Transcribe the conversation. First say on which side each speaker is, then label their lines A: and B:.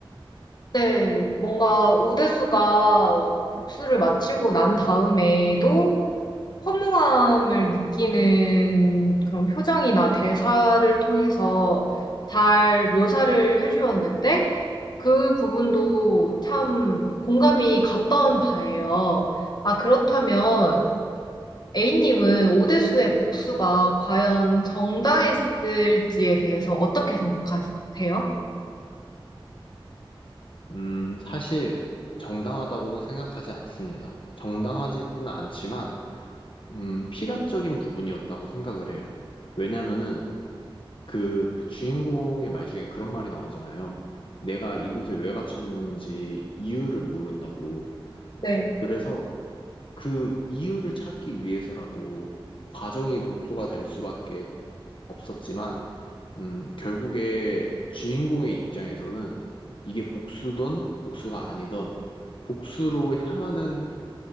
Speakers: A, on the left; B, on the left.
A: 네, 뭔가 오대수가 복수를 마치고 난 다음에도 허무함을 느끼는 그런 표정이나 대사를 통해서 잘 묘사를 해주었는데 그 부분도 참 공감이 갔던 바예요. 아, 그렇다면 A님은 오대수의 복수가 과연 정당했을지에 대해서 어떻게 생각하세요?
B: 음, 사실 정당하다고는 생각하지 않습니다. 정당하지는 않지만, 음, 필연적인 부분이었다고 생각을 해요. 왜냐면은 그 주인공의 말 중에 그런 말이 나오잖아요. 내가 이곳에 왜 갇혔는지 이유를 모른다고.
A: 네.
B: 그래서 그 이유를 찾기 위해서라도 과정이 복수가 될 수밖에 없었지만, 음, 결국에 주인공의 입장에서는 이게 복수든 복수가 아니든 복수로 향하는